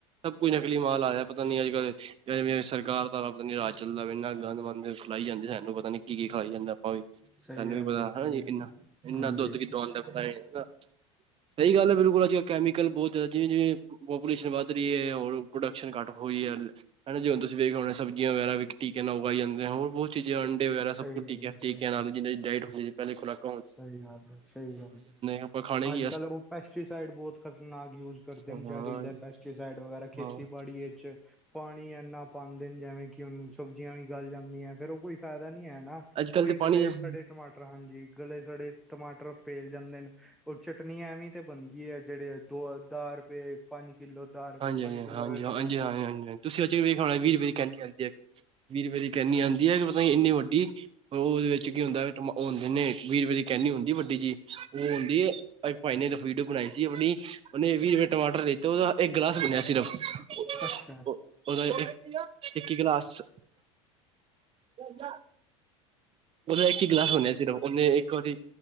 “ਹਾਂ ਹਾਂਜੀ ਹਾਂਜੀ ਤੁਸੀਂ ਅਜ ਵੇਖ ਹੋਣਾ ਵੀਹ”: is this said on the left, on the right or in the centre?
Right